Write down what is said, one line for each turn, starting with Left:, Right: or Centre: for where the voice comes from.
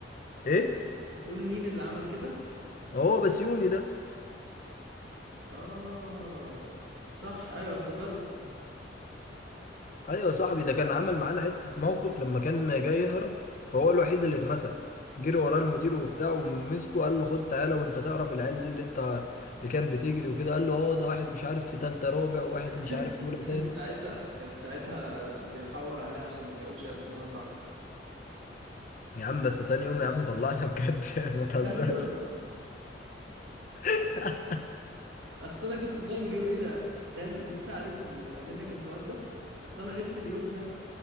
Left: ايه
Right: بتقول مين اللي عمل كده
Left: هو بسيوني ده
Right: اه صح ايوه افتكرت
Left: ايوه يا صاحبي ده كان عمل معانا حته موقف لما كان جاي يهرب فهو الوحيد اللي اتمسك جري وراه المدير وبتاع ومسكه قال له خد تعالى وانت تعرف العيال دي اللي انت اللي كانت بتجري وكده قال له اه ده واحد مش عارف في تالتة رابع وواحد
Right: <laughs>
Left: مش عارف في اولى تاني
Right: كان ساعتها كان ساعتها بيحور عليه عشان ما يقولش اسامينا صح
Left: يا عم بس تاني يوم يا عم طلعنا بجد <laughs> ما تهزرش
Right: بجد
Left: <laughs>
Right: اصل انا كنت غايب اليوم ايه ده تخيل لسه عارف ال- منك الحوار ده اصل انا غبت اليوم ده